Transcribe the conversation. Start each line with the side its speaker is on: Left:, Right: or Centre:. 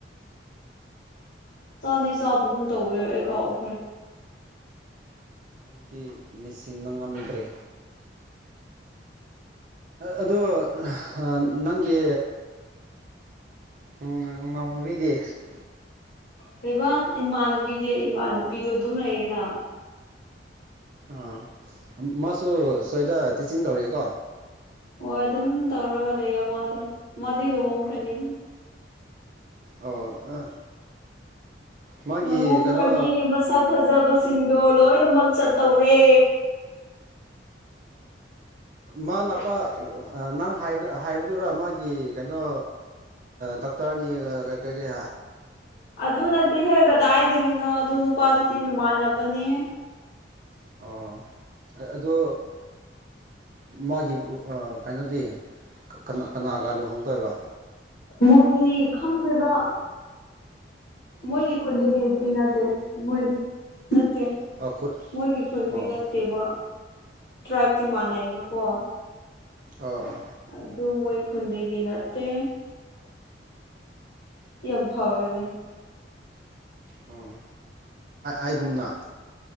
Left: ꯆꯥꯅꯤ ꯆꯥꯕꯒꯨꯝ ꯇꯧꯋꯦ ꯑꯩ ꯀꯥꯎꯈ꯭ꯔꯦ
Right: ꯑꯩꯗꯤ ꯅꯤꯁꯤꯡꯕ ꯉꯝꯗ꯭ꯔꯤ ꯑꯗꯣ ꯑꯥ ꯅꯪꯒꯤ ꯎꯝ <unintelligible>
Left: ꯀꯩꯕꯥ ꯏꯃꯥꯟꯅꯕꯤꯗꯤ ꯏꯃꯥꯟꯅꯕꯤꯗꯣ ꯑꯗꯨꯝ ꯂꯩꯌꯦꯅ
Right: ꯑꯥ ꯃꯥꯁꯨ ꯁ꯭ꯋꯥꯏꯗ ꯇꯤꯆꯤꯡ ꯇꯧꯔꯤꯌꯦꯀꯣ
Left: ꯍꯣꯏ ꯑꯗꯨꯝ ꯇꯧꯔꯒ ꯂꯩꯌꯦꯃꯗꯣ ꯃꯥꯗꯤ ꯂꯨꯍꯣꯡꯈ꯭ꯔꯅꯤ
Right: ꯑꯣ ꯃꯥꯒꯤ
Left: ꯂꯨꯍꯣꯡꯈ꯭ꯔꯅꯤ
Right: ꯀꯩꯅꯣ
Left: ꯃꯁꯛ ꯐꯖꯕꯁꯤꯡꯗꯣ ꯂꯣꯏꯅꯃꯛ ꯆꯠꯇꯧꯔꯦ <inaudible>
Right: ꯃꯥ ꯂꯥꯛꯄ ꯅꯪꯕ ꯍꯥꯏꯕꯗꯨꯔ ꯃꯥꯒꯤ ꯀꯩꯅꯣ ꯗꯥꯛꯇꯔꯅꯤ ꯀꯩ ꯀꯩ
Left: ꯑꯗꯨꯅꯗꯤꯍꯦ ꯀꯗꯥꯏꯗꯒꯤꯅꯣ ꯑꯗꯨ ꯅꯨꯄꯥꯗꯨꯗꯤ ꯃꯃꯥꯟꯅꯕꯅꯦ
Right: ꯑꯣ ꯑꯗꯣ ꯃꯥꯒꯤ ꯀꯩꯅꯣꯗꯤ ꯀ ꯀꯅꯥꯒ ꯂꯨꯍꯣꯡꯗꯣꯏꯕ
Left: ꯃꯣꯏ ꯈꯪꯗꯦꯗ ꯃꯣꯏꯒꯤ ꯈꯨꯟꯗꯒꯤ ꯃꯤ ꯅꯠꯇꯦ ꯃꯣꯏ ꯅꯠꯇꯦ
Right: ꯑꯣ
Left: ꯃꯣꯏꯒꯤ ꯈꯨꯟꯗꯤ
Right: ꯑꯣ
Left: ꯅꯠꯇꯦꯕ ꯇ꯭ꯔꯥꯏꯞꯇꯤ ꯃꯥꯟꯅꯩꯕꯀꯣ
Right: ꯑ ꯑꯥ
Left: ꯑꯗꯨ ꯃꯣꯏ ꯈꯨꯟꯗꯒꯤ ꯅꯠꯇꯦ ꯌꯥꯝ ꯐꯕꯅꯦ
Right: ꯑꯣ ꯑꯩꯒꯨꯝꯅ